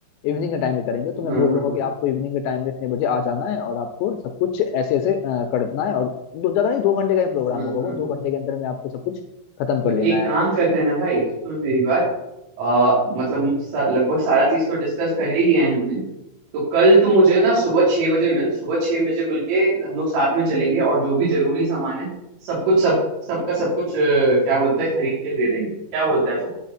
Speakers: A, on the left; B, on the right.
A: इवनिंग के टाइम में करेंगे तो मैं
B: हाँ
A: बोल
B: हाँ
A: दूंगा
B: हाँ
A: कि आपको इवनिंग के टाइम में इतने बजे आ जाना है और आपको सब कुछ ऐसे ऐसे अ, करना है और दो ज्यादा नहीं दो घंटे का ही प्रोग्राम
B: हम्म
A: होगा
B: हम्म
A: वो दो
B: हम्म।
A: घंटे के अंदर में आपको सब कुछ खत्म कर
B: तो
A: लेना
B: एक काम
A: है
B: करते हैं ना भाई सुन मेरी बात आ, मतलब सा, लगभग सारा चीज तो डिस्कस कर ही लिया है हमने तो कल तू मुझे ना सुबह छह बजे मिल सुबह छह बजे मिलके हम लोग साथ में चलेंगे और जो भी जरूरी सामान है सब कुछ सब सबका सब कुछ अ, क्या बोलते हैं खरीद के दे देंगे क्या बोलता है तू